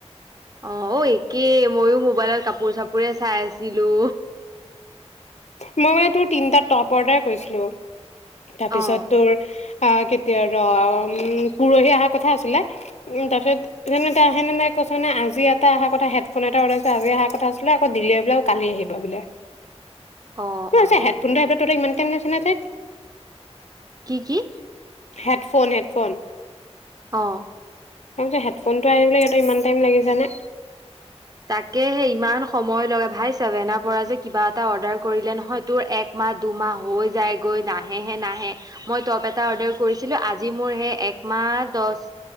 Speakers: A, on the right; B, on the left.
A: অ অ একেই মইো মোবাইল বৰ কাপোৰ কাপোৰ চাপোৰে চাই আছিলো।
B: মই মানে তোৰ তিনিটাত টপ অৰ্ডাৰ কৰিছিলো। তাৰপিছত
A: অ
B: তোৰ আহ কেতিয়া ৰ উ পৰহি অহা কথা আছিলে উ তাৰপিছত তেনে আহেনে ন কৈছ নে আজি এটা অহা কথা হেডফোন এটা অৰ্ডাৰ আজি অহা কথা আছিলে আকৌ দিলে বোলে কালি আহিবা বোলে।
A: অ
B: ম
A: অ
B: আছে হেডফোনটো এবাৰ তই ইমান টাইম নাচাতে <unintelligible>
A: কি কি
B: হেডফোন হেডফোন,
A: অ
B: তি হেডফোনটো আহিবলৈ ইমান টাইম লগিছে নে
A: তাকেহে ইমান সময় লগে ভাই চাবে না পৰা যে কিবা এটা অৰ্ডাৰ কৰিলে নহয় তোৰ এক মাহ দুই মাহ হৈ যাই গৈ না। আহে হে নাহে মই টপ এটা অৰ্ডাৰ কৰিছিলো আজি মোৰ সেই একমাহ দহ